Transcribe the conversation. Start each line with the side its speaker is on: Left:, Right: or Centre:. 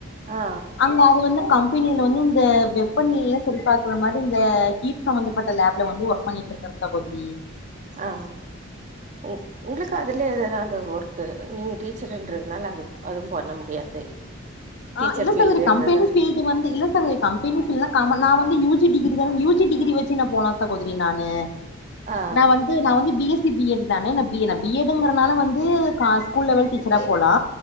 Right: ஆ
Left: அங்க அது வந்து கம் பெனில வந்து இந்த வெப்பநீல்ல சரி பாக்கற மாதி இந்த ஹீட் சம்பந்தப்பட்ட லேப்ல வந்து ஒர் பண்ணிட்டுருக்காரு சகோதரி
Right: ஆ உ உங்களுக்கு அதுல எதாது அந்த ஒர்க்கு நீங்க டீச்சர்ன்றதுனால அது அதுவு பண்ண முடியாது
Left: ஆ
Right: டீச்சர்
Left: இல்ல
Right: ஃபீல்டுன்றதா
Left: சகோதரி கம்பெனி ஃபீல்டு வந்து இல்ல சகோதரி கம்பெனி ஃபீலா காம நா வந்து யூ ஜி டிகிரி தான யூ ஜி டிகிரி வச்சு நா போலா சகோதரி நானு
Right: ஆ
Left: நா வந்து நா வந்து B S C B Ed தானே நா பி என பி எட் ங்குறனால வந்து க ஸ்கூல் லெவல் டீச்சரா போலா